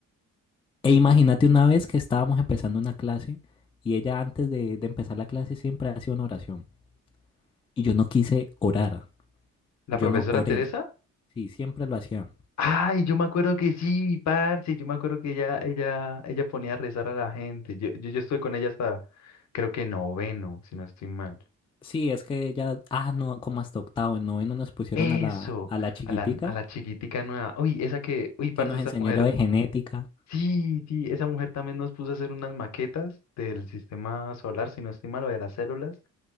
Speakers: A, on the left; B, on the left.
A: E imagínate una vez que estábamos empezando una clase y ella antes de, de empezar la clase siempre hacía una oración. Y yo no quise orar,
B: ¿la
A: yo
B: profesora
A: no oré,
B: Teresa?
A: sí, siempre lo hacía.
B: Ay, yo me acuerdo que sí, parce, yo me acuerdo que ella, ella, ella ponía a rezar a la gente. Yo, yo, yo estuve con ella hasta, creo que noveno, si no estoy mal.
A: Sí, es que ya, ah, no, como hasta octavo, en noveno nos pusieron
B: Eso,
A: a la, a la chiquitica
B: a la, a la chiquitica nueva. Uy, esa que, uy, parce,
A: que nos
B: esa
A: enseñó
B: mujer.
A: lo de genética.
B: Sí, sí, esa mujer también nos puso a hacer unas maquetas del sistema solar, si no estoy mal, o de las células.